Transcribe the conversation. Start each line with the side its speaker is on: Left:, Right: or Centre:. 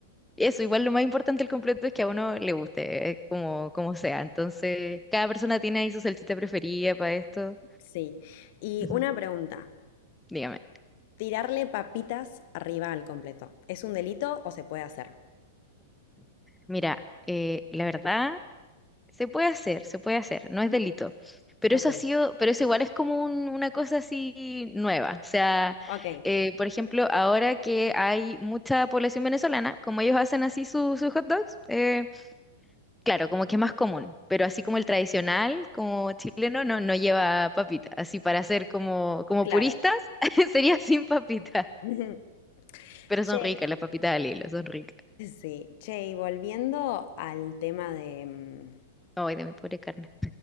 Centre: Eso, igual lo más importante del completo es que a uno le guste, eh, como, como sea. Entonces, cada persona tiene ahí su salchicha preferida para esto.
Left: Sí, y
Centre: Ujú,
Left: una pregunta,
Centre: Dígame.
Left: ¿tirarle papitas arriba al completo? ¿Es un delito o se puede hacer?
Centre: Mira, eh, la verdad, se puede hacer, se puede hacer, no es delito. Pero
Left: Ok,
Centre: eso ha sido, pero eso igual es como un- una cosa así nueva. O sea,
Left: ok,
Centre: eh, por ejemplo, ahora que hay mucha población venezolana, como ellos hacen así su- sus hot dogs, eh, claro, como que es más común. Pero así como el tradicional, como chileno, no, no lleva papita. Así para ser como, como
Left: claro.
Centre: puristas, <laughs> sería sin papita.
Left: <laughs>
Centre: Pero
Left: Che,
Centre: son ricas las papitas al hilo, son ricas.
Left: sí, che, y volviendo al tema de... mm,
Centre: Ay, de mi pobre carne,